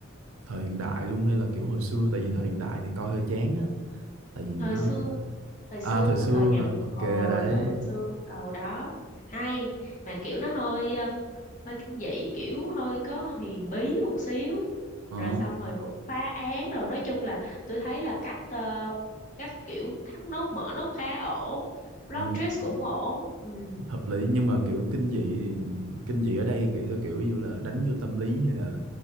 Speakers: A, on the right (about 80°); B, on the left (about 40°).
A: thời hiện đại luôn hay là kiểu hồi xưa tại vì thời hiện đại thì coi hơi chán á tại vì nó
B: thời xưa thời xưa
A: à thời xưa
B: thời nhận
A: hả ok
B: ờ,
A: đấy
B: thời hồi xưa ờ đó hay mà kiểu nó hơi um, hơi kinh dị kiểu hơi có huyền bí một xíu
A: ờ
B: rồi xong rồi cũng phá án rồi nói chung là tôi thấy là cách ờ, cách kiểu thắt nút mở nút khá ổn plot
A: ờ, nh-
B: twist cũng ổn ừ.
A: hợp lý nhưng mà kiểu kinh dị thì kinh dị ở đây kiểu theo kiểu như là đánh vô tâm lý hay là